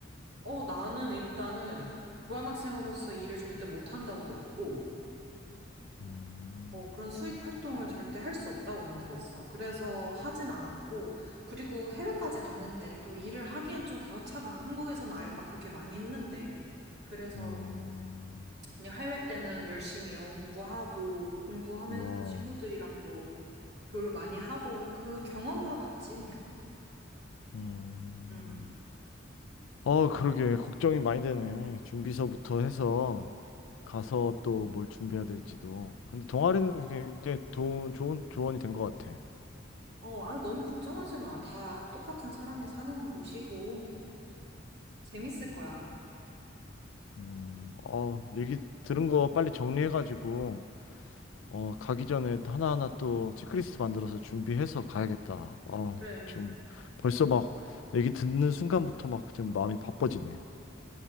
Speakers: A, on the right (about 55°); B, on the left (about 80°).
A: 어, 나는 일단은 교환학생으로서 일을 절대 못한다고 들었고,
B: 음.
A: 어, 그런 수익 활동을 절대 할 수 없다고 난 들었어. 그래서 하진 않았고, 그리고 해외까지 갔는데 또 일을 하기엔 좀 그렇잖아. 한국에서는 알바 그렇게 많이 했는데. 그래서
B: 음,
A: 그냥 해외 때는 열심히 영어 공부하고, 공부하면서
B: 와,
A: 친구들이랑도 교류 많이 하고, 그 경험으로 갔지, 그냥.
B: 음.
A: 음.
B: 아, 그러게. 걱정이 많이 되네. 준비서부터 해서 가서 또 뭘 준비해야 될지도. 근데 동아리는 굉장히 도, 좋은 조언이 된 것 같아.
A: 어, 아, 너무 걱정하지 마. 다 똑같은 사람이 사는 곳이고, 재밌을 거야.
B: 음, 어, 얘기 들은 거 빨리 정리해가지고, 어, 가기 전에 하나하나 또 체크리스트 만들어서 준비해서 가야겠다. 어,
A: 그래.
B: 지금 벌써 막 얘기 듣는 순간부터 막 지금 마음이 바빠지네.